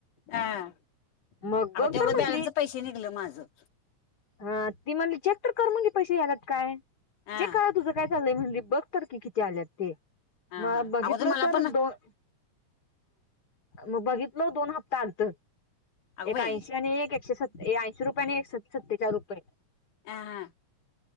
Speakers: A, on the left; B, on the left.
A: अह
B: मग
A: अग
B: बघ
A: तेवढं
B: तर म्हणली
A: बॅलन्स पैसे निघलं माझं.
B: हा ती म्हणली चेक तर कर म्हणजे पैसे याेतात काय
A: हा
B: जे कळ तुझं काय य म्हणली बघ तर की किती आल्यात ते.
A: हा
B: मगं
A: हा
B: बघितलं
A: अगोदर मला
B: तर
A: पण हा
B: दोन मग बघितलं दोन हप्ता अंत
A: अगं बाई
B: एक ऐंशी आणि एक एकशे सत ऐंशी रुपये आणि एक सत्तेचाळी रुपये.
A: ह हा